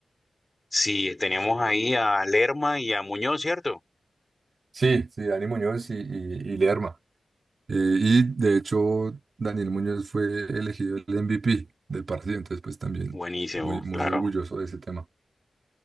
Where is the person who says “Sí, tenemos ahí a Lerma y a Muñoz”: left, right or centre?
Left